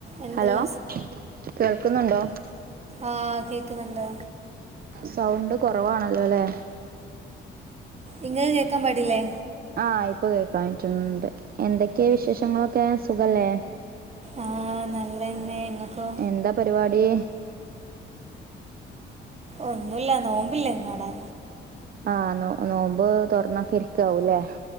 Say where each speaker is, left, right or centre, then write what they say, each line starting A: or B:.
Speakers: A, on the right; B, on the right.
A: എന്തല്ല
B: ഹലോ കേൾക്കുന്നുണ്ടോ?
A: ആഹ് കേക്ക്ന്ന് ണ്ട്.
B: സൗണ്ട് കൊറവാണല്ലോ ലേ.
A: ഇങ്ങക്ക് കേക്കാൻ പാടില്ലേ?
B: ആഹ് ഇപ്പൊ കേക്കാൻ പറ്റ്ന്ന് ണ്ട്. എന്തൊക്കെ വിശേഷങ്ങളൊക്കേ, സുഖല്ലേ?
A: ആഹ് നല്ലെന്നേ, ഇങ്ങക്കൊ?
B: എന്താ പരിപാടീ?
A: ഒന്നുല്ല, നോമ്പില്ലേ ഇന്നവ്ടെ?
B: ആഹ് നോ നോമ്പ് തൊർന്നൊക്കെ ഇരിക്കാവുലേ.